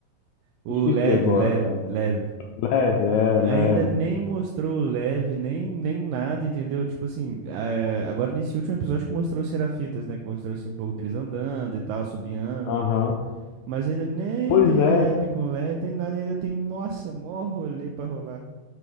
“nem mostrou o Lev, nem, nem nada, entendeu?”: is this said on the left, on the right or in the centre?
Right